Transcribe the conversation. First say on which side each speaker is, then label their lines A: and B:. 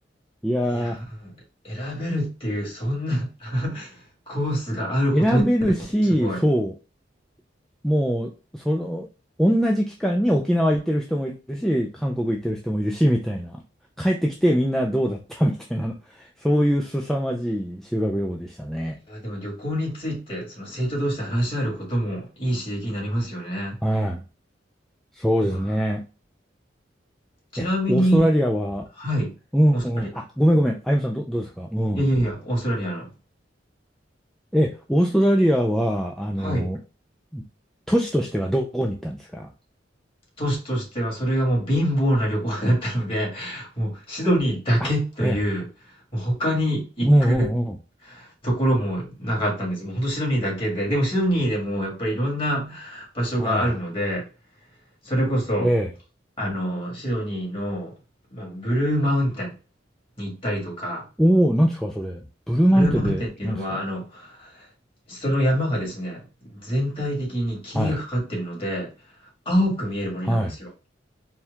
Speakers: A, in the centre; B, on the left (about 30°).
A: いや
B: いやー、選べるっていうそんな <laughs> コースがあること、
A: ー、選べるし、
B: すごい。
A: そうもう、その、同じ期間に沖縄行ってる人もいるし、韓国行ってる人もいるし、みたいな。帰ってきてみんなどうだったみたいな、そういう凄まじい修学旅行でしたね。
B: いや、でも旅行について、その生徒同士で話し合えることもいい刺激になりますよね。
A: はい。そうですね。
B: うわー、ちなみに
A: え、オーストラリアは、
B: はい、
A: うんうん。
B: オーストラリア。
A: あ、ごめんごめん。あゆむさん、ど、どうですかうん。
B: いやいやいや、オーストラリアの
A: え、オーストラリアは、あの、
B: はい。
A: 都市としてはどこに行ったんですか
B: 都市としてはそれがもう貧乏な旅行だったので、<laughs> もうシドニーだけという、
A: あ、ええ。
B: もう他に行く
A: うんうんうん。
B: ところもなかったんです。もうほんとシドニーだけで、でもシドニーでもやっぱりいろんな場所があるので、
A: はい。
B: それこそ、
A: ええ。
B: あの、シドニーの、まあ、ブルーマウンテンに行ったりとか、
A: おお、なんですか、それ。ブルーマウンテンで、
B: ブルーマウンテンっていうのは、
A: なんですか
B: あの、その山がですね、全体的に霧がかかってるので、
A: はい。
B: 青く見える森なんですよ。
A: はい。